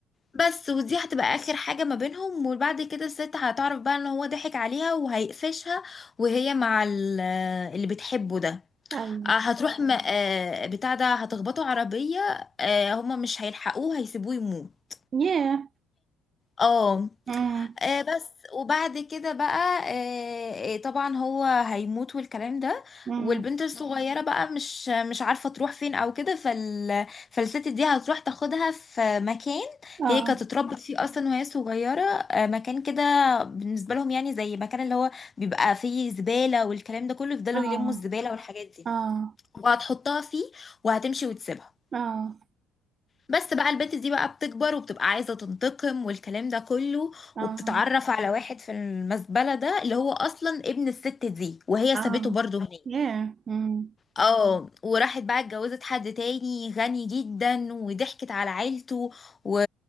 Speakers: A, on the left (about 30°); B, on the right (about 40°).
A: بس ودي هتبقى اخر حاجة ما بينهم وبعد كده الست هتعرف بقى ان هو ضحك عليها وهيقفشها وهي مع ال- اللي بتحبه ده
B: أيوة
A: آه، هتروح م- آه، بتاع ده هتخبطوا عربية آه، هما مش هيلحقوه هيسيبوه يموت
B: ياه
A: اه
B: مم.
A: آه، بس وبعد كده بقى آه، آه، طبعا هو هيموت والكلام ده
B: مم.
A: والبنت الصغيرة بقى مش مش عارفة تروح فين او كده فال فالست دي هتروح تاخدها في مكان
B: آه
A: هي كانت اتربت فيه اصلا وهي صغيرة آه، مكان كده بالنسبة لهم يعني زي مكان اللي هو بيبقى فيه زبالة والكلام ده كله يفضلوا
B: آه
A: يلموا الزبالة والحاجات دي
B: آه
A: وهتحطها فيه وهتمشي وتسيبها
B: آه
A: بس بقى البنت دي بقى بتكبر وبتبقى عايزة تنتقم والكلام ده كله
B: آه
A: وبتتعرف على واحد في المزبلة ده اللي هو أصلا ابن الست دي وهي
B: آه
A: سابته برضه هناك
B: ياه مم.
A: اه وراحت بقى اتجوزت حد تاني غني جدا وضحكت على عيلته و...